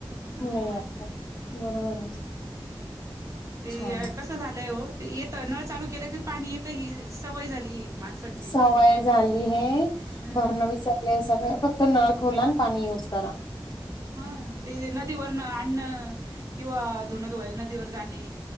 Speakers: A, on the right; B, on the left.
A: ह
B: नाही बरोबर आहे. <unintelligible>
A: ते
B: छान
A: कसं झालंय हो ते येत नळ चालू केलं कि पाणी येत ही सवय झाली. माणसाची
B: सवय झाली हे
A: अ
B: करण विसर हे सगळे फक्त नळ खोला आणि युज करा.
A: हा ते नदीवरन आणन् किंवा धुन धुवायला नदीवर जाणे.